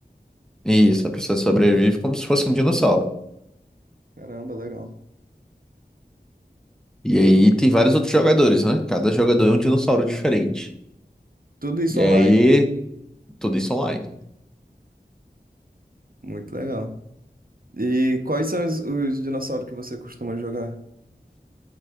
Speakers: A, in the centre; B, on the right.
A: Isso, a pessoa sobrevive como se fosse um dinossauro.
B: Caramba, legal.
A: E aí tem vários outros jogadores, né? Cada jogador é um dinossauro diferente.
B: Tudo isso
A: E
B: online.
A: aí, tudo isso online.
B: Muito legal. E quais são os, os dinossauros que você costuma jogar?